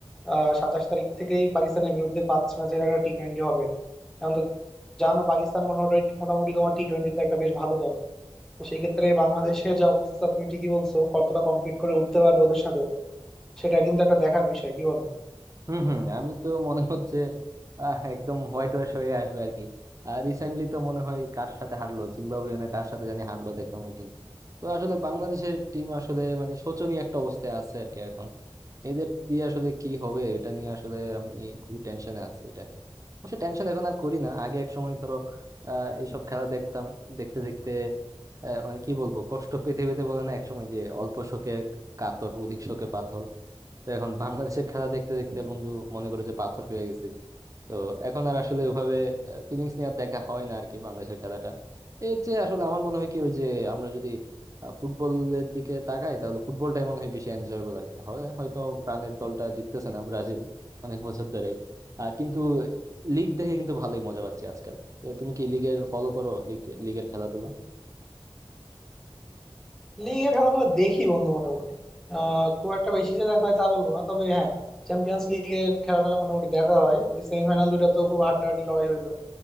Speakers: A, in the centre; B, on the right.
A: আহ সাতাশ তারিখ থেকেই পাকিস্তানের বিরুদ্ধে পাঁচ ম্যাচের একটা টি টোয়েন্টি হবে এখন তো জানো পাকিস্তান মোটামুটি মোটামুটি তোমার টি টোয়েন্টিতে একটা বেশ ভালো দল তো সেই ক্ষেত্রে বাংলাদেশের যে অবস্থা তুমি ঠিকই বলছো কতটা কমপ্লিট করে উঠতে পারবে ওদের সাথে সেটা কিন্তু একটা দেখার বিষয় কি বলো
B: হুম হুম আমি তো মনে হচ্ছে আহ, একদম হোয়াইট ওয়াশ হয়ে আসবে আর কি আর রিসেন্টলি তো মনে হয় কার সাথে হারলো জিম্বাবুয়ে না কার সাথে জানি হারলো দেখলাম ওই টিম তো আসলে বাংলাদেশের টিম আসলে মানে শোচনীয় একটা অবস্থায় আছে আর কি এখন এদের দিয়ে আসলে কি হবে এটা নিয়ে আসলে আমি খুবই টেনশনে আছি এটা নিয়ে অবশ্য টেনশন এখন আর করি না আগে এক সময় ধরো আহ এইসব খেলা দেখতাম দেখতে দেখতে আহ, মানে কি বলবো কষ্ট পেতে পেতে বলে না একসময় যে অল্প শোকে কাতর অধিক শোকে পাথর তো এখন বাংলাদেশের খেলা দেখতে দেখতে বন্ধু মনে করে যে পাথর হয়ে গেছি তো এখন আর আসলে ওভাবে ফিলিংস নিয়ে আর দেখা হয় না আর কি বাংলাদেশের খেলাটা এর চেয়ে আসলে আমার মনে হয় কি ওই যে আমরা যদি ফুটবলের দিকে তাকাই তাহলে ফুটবলটাই মনে হয় বেশি এনজয়েবল আর কি হয় হয়তো প্রাণের দলটা জিততেছে না ব্রাজিল অনেক বছর ধরেই আহ, কিন্তু লিগ দেখে কিন্তু ভালোই মজা পাচ্ছি আজকাল তো তুমি কি লিগের ফলো করো লিগ লিগের খেলাধুলা
A: লিগে খেলাধুলা দেখি বন্ধু মোটামুটি আহ খুব একটা বেশি যে দেখা হয় তা বলবো না তবে হ্যাঁ চ্যাম্পিয়ন্স লিগের খেলাটা মোটামুটি দেখা হয় সেমিফাইনাল দুইটা তো খুব হাড্ডাহাড্ডি লড়াই হইলো